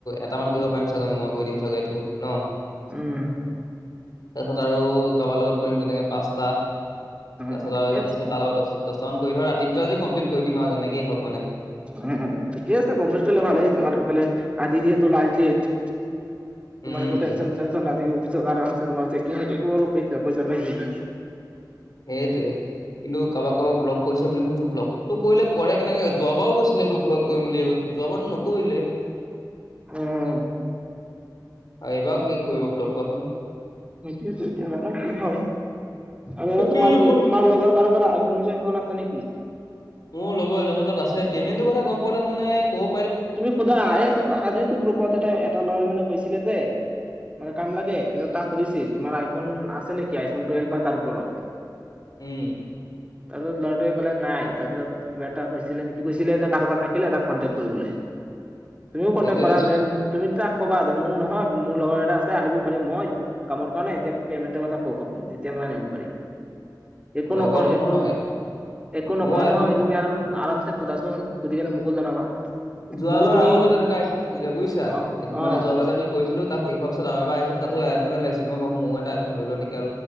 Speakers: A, on the left; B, on the right.
A: এটা মান কৰিব পাৰিম চাগে মই কৈ দিম চাগে এইটো ন।
B: উম।
A: তাৰ পিছত আৰু কাৰোবাৰ লগত কৰিম তেনেকে পাঁচটা।
B: অ',
A: তাৰপিছত
B: ঠিকে
A: আৰু এজন আছে তাৰ লগত দশটামান কৰি ধৰ ৰাতি ভিতৰত আজি কমপ্লিট কৰি দিম আৰু যেনেকেই হওঁক মানে।
B: উম ঠিকে আছে কমপ্লিট কৰিলে ভালই তোমাৰ এইফালে আজি যিহেতু লাষ্ট ডেট। তোমাৰ
A: উম
B: একো একো টেঞ্চন নথাকিব, আৰমছে তোমাৰ চেকিং হৈ থাকিব আৰু পইচা পইচাটো আহি থাকিব।
A: সেইটোৱে, কিন্তু কাৰোবাক কাৰোবাক ব্লক কৰিছে বুলি শুনিছো ব্লক। তোক কৰিলে কৰে কেনেকে যোৱাবাৰো গৈছিলে তোক লগ কৰিম বুলি যোৱাবাৰটো নকৰিলে।
B: উম।
A: এইবাৰ কিয় কৰিব ব্লক কোৱা চোন?
B: সেইটযৱেতো এতিয়া জানো কি হয়? আৰু
A: তাকে
B: তোমাৰ
A: মই
B: তোমাৰ লগৰ কাৰোবাৰ আইফোন চাইফোন আছে নেকি?
A: মোৰ লগৰ এজনো তাত আছে, পেমেণ্ট কথা গম পোৱা হেঁতেন মানে ক
B: তুমি সোধা, এ আজিয়ো তো গ্ৰুপত এটা এটা লৰাই মানে কৈছিলে যে মানে কাম লাগে, পিছত তাক খুধিছে তোমাৰ আইফোন আছে নেকি আইফোন টুৱেলভ বা তাৰ ওপৰত? <inaudible>
A: উম।
B: তাৰপিছত লৰাটোৱে কলে নাই, তাৰপিছত কিবা এটা কৰিছিলে নেকি, কৈছিলে যে কাৰোবাৰ থাকিলে তাক কণ্টেক্ট কৰিবলে। তুমিও কণ্টেক্ট
A: এইটো
B: কৰা
A: এতিয়া
B: যে তুমি তাক কবা যে মোৰ নহয় মোৰ লগৰ এটা আছে আনিব পাৰিম, মই কামৰ কাৰণে এতিয়া পেমেণ্টৰ কথা কক আপুনি, তেতিয়া মই আনিব পাৰিম। একো
A: লগৰটো
B: নকয় একো
A: নহয়
B: একো নকয়
A: মোৰ আইফোন
B: নহয় তুমি আৰাম আৰামছে সোধাচোন। শুধি কেনে মোকো জনাবা।
A: যোৱাবাৰ
B: যদি তুমি
A: আৰু এটা তেনেকুৱা দিলে বুজিছা,
B: অ
A: মানে
B: অ
A: যোৱাবাৰ যে আমি কৰিছিলো তাক শেষ হোৱা পাছত আৰু এবাৰ আহিছিল তাতো আইফোননে লাগিছিল মই ভাবো মইও এটা আইফোন লৈ লওঁ নেকি?